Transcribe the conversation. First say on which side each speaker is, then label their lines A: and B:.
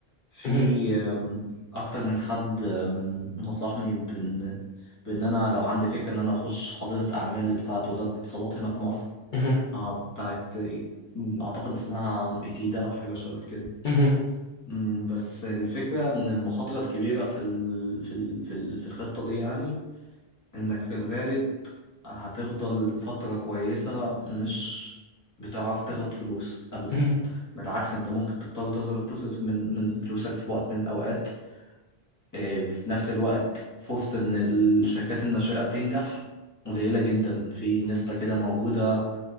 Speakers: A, on the left; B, on the left.
A: في
B: مهم.
A: أم، اكتر من حد أم، نصحني بان بان انا لو عندي فكرة ان انا اخش حاضنة اعمال بتاعة وزارة الاتصالات هنا في مصر
B: مهم.
A: آه، بتاعت اعتقد اسمها ايتيدا او حاجة شبه كده
B: مهم.
A: مم، بس الفكرة إن المخاطرة الكبيرة في ال... في ال... في ال... في الخطة دي يعني إنك في الغالب هتفضل فترة كويسة مش بتعرف تاخد فلوس أبدا
B: مهم.
A: بالعكس أنت ممكن تضطر تصر- تصرف من من فلوسك في وقت من الأوقات إيه، في نفس الوقت فرصة إن الشركات الناشئة تنجح قليلة جدا في نسبة كده موجودة